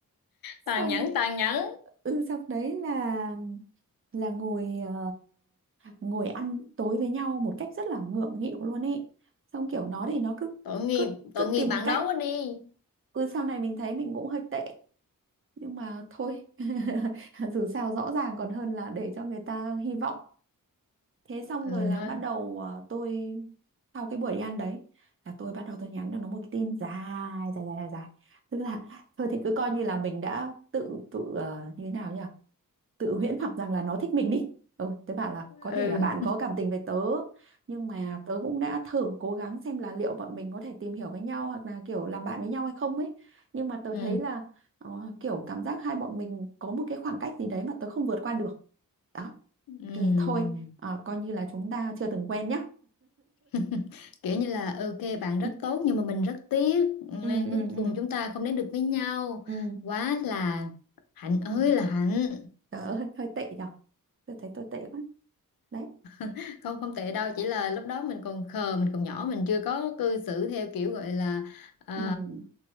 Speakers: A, on the left (about 80°); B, on the right (about 40°).
A: tàn
B: Xong
A: nhẫn tàn nhẫn
B: ừ xong đấy là là ngồi ờ, ngồi ăn tối với nhau một cách rất là ngượng nghịu luôn ấy. Xong kiểu nó thì nó cứ
A: tội nghiệp
B: cứ cứ
A: tội nghiệp
B: tìm
A: bạn
B: cách
A: đó quá đi
B: ừ sau này mình thấy mình cũng hơi tệ nhưng mà thôi <laughs> dù sao rõ ràng còn hơn là để cho người ta hy vọng thế xong
A: ừ
B: rồi là
A: nói
B: bắt đầu ờ, tôi sau cái buổi đi ăn đấy là tôi bắt đầu tôi nhắn cho nó một cái tin dài dài dài dài dài. tức là thôi thì cứ coi như là mình đã tự tự ờ, như thế nào nhỉ tự huyễn hoặc rằng là nó thích mình đi ừ tớ bảo là có thể
A: ừ
B: là bạn có cảm tình với tớ nhưng mà tớ cũng đã thử cố gắng xem là liệu bọn mình có thể tìm hiểu với nhau hoặc là kiểu làm bạn với nhau hay không ấy nhưng mà tớ
A: ừ
B: thấy là ờ, kiểu cảm giác hai bọn mình có một cái khoảng cách gì đấy mà tớ không vượt qua được đó
A: ừ
B: thì thôi ờ, coi như là chúng ta chưa từng quen nhá
A: <laughs> kiểu như là ừ, ok bạn rất
B: ừ
A: tốt nhưng mà mình rất tiếc
B: ừ
A: nên cuối
B: ừ ừ
A: cùng chúng ta không đến được với nhau
B: ừ
A: quá là hạnh ơi
B: ừ.
A: là hạnh
B: tớ hơi, hơi tệ nhở tôi thấy tôi tệ quá đấy
A: <laughs> không không tệ đâu chỉ là lúc đó mình còn khờ mình còn nhỏ mình chưa có cư xử theo kiểu gọi là ờ,
B: ừ,